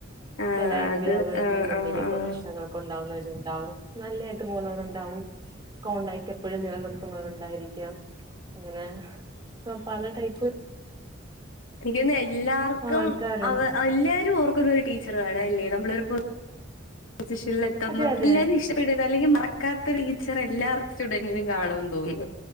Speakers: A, on the left (about 85°); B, on the right (about 25°).
A: ആഹ്
B: ചില അധ്യാപകരി
A: അത് ആഹ്
B: നിന്നെന്തെങ്കിലുമൊക്കെ
A: ആഹ് ആഹ്
B: പ്രശ്നങ്ങള ഉണ്ടാവുന്നവരുണ്ടാവും നല്ലായിട്ട് പോകുന്നവരുണ്ടാവും. കോടാക്ട് എപ്പോഴും നിലനിർത്തുന്നവരുണ്ടായിരിക്കാം. എങ്ങനെ പല ടൈപ്പ്
A: എനിക്കൊന്ന് എല്ലാവർക്കും
B: ആൾക്കാരാണ്
A: അവ എല്ലാവാരും ഓർക്കുന്ന ഒരു ടീ ഏവരും ഒരു പോളിസിയും എ തുടരുന്ന
B: അതെ അതെ
A: എല്ല വാരുംഇഷ്ടപെടുനനാ അല്ലെങ്കിൽ മറക്കാത്ത ടീച്ചർ എല്ലാ സ്റ്റുഡന്റിനും കാണുമന്ന് തോന്നുന്നു.